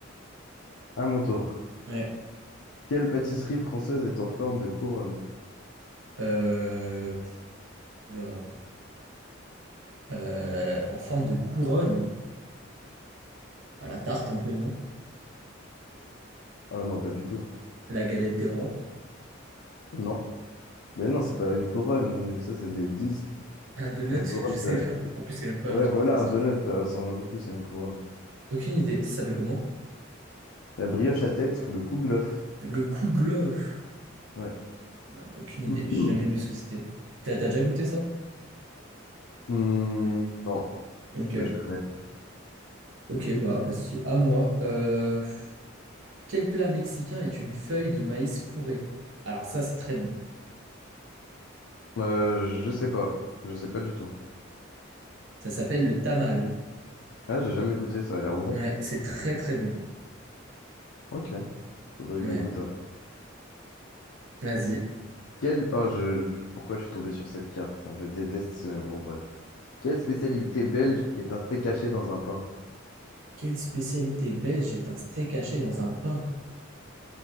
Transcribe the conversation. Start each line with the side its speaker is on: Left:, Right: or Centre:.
Left: À mon tour.
Right: ouais.
Left: Quelle pâtisserie française est en forme de couronne?
Right: Euh, oula. Euh, en forme de couronne. Bah, la tarte un peu, non?
Left: Ah non, pas du tout.
Right: La galette des rois?
Left: Non. Ben non, c'est pas une couronne. Ça, c'est des disques.
Right: Un donut?
Left: La couronne,
Right: <laughs> Je sais
Left: ça...
Right: pas. En plus, c'est même pas
Left: Ouais,
Right: un truc
Left: voilà,
Right: français.
Left: un donut, ça ressemble un peu plus à une couronne.
Right: Aucune idée. Ça s'appelle comment?
Left: La brioche à tête ou le kouglof.
Right: Le kouglof.
Left: Ouais.
Right: Euh, aucune idée.
Left: <clears throat>
Right: J'ai jamais vu ce que c'était. T'as t'as déjà goûté ça?
Left: Hmm, non,
Right: Ok.
Left: mais je connais.
Right: Ok, bah vas-y. À moi. Euh, Quel plat mexicain est une feuille de maïs fourrée? Alors ça, c'est très bon.
Left: Euh, je sais pas. Je sais pas du tout.
Right: Ça s'appelle le tamal.
Left: Ah, j'ai jamais goûté, ça a l'air bon.
Right: Ouais, c'est très très bon.
Left: Ok, faudrait
Right: Ouais.
Left: que je goûte un.
Right: Vas-y.
Left: Quel... Oh, je... Pourquoi je suis tombé sur cette carte? Je déteste ce... Bon, bref. Quelle spécialité belge est un steak haché dans un pain?
Right: Quelle spécialité belge est un steak haché dans un pain?